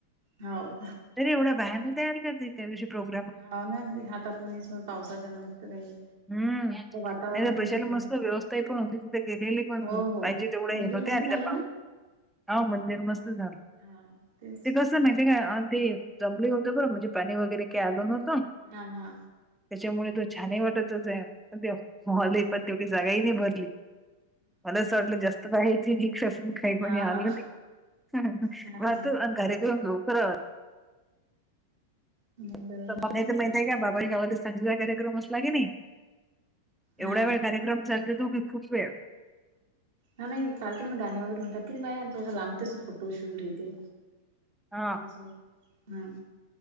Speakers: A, on the right; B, in the centre.
A: हाव.
B: तरी एवढ्या बाहेरनं तयार करते. त्या दिवशी प्रोग
A: हा ना आता कोणीच <unintelligible> पावसाच्या <unintelligible> काही
B: हम्म‌‌.
A: वातावरण
B: नाही तर
A: हेच
B: बैशाला
A: होतं
B: मस्त व्यवस्थाही पण होती तिथं केलेली. पण
A: हो हो
B: पाहिजे तेवढं
A: मंदिर
B: हे येतं होत्या
A: मस्त
B: <unintelligible>
A: झालं ना?
B: हो मंदिर मस्त झालं.
A: हा तेच
B: ते कसं <unintelligible> म्हणजे काय <unintelligible> जमले होते बरं म्हणजे पाणी वगैरे काय आलं न्हवतं.
A: हा हा.
B: त्याच्यामुळे तो छानही वाटतच आहे, पण ते मॉल
A: हा
B: आहे
A: ना.
B: पण तेवढी जागाही नाही भरली. मला असं वाटलं जास्त आहे <unintelligible> काही
A: हा
B: पण हे आणलं
A: हा
B: नाही
A: हा ना
B: मग कार्यक्रम लोकर आवर
A: नाही
B: <unintelligible> <unintelligible>
A: बरोबर
B: संगीताचा
A: मस्त झालं.
B: कार्यक्रम असला की नाही एवढा
A: हा
B: वेळ कार्य <unintelligible> दोघी खूप वेळ.
A: हा नाही चालते ना गाण्या <unintelligible> बाया तुझं लांबतेच फोटो शूट हे ते.
B: हा
A: तसं हा.